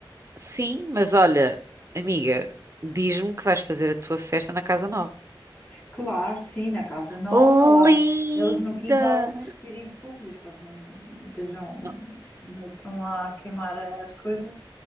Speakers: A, on the right; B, on the left.
A: Sim, mas olha, amiga, diz-me que vais fazer a tua festa na Casa Nova.
B: Claro, sim, na casa nova,
A: Linda!
B: lá eles no quintal a cuspirem fogo, desde que eles não estejam,
A: Não,
B: não estão lá a queimar as coisas.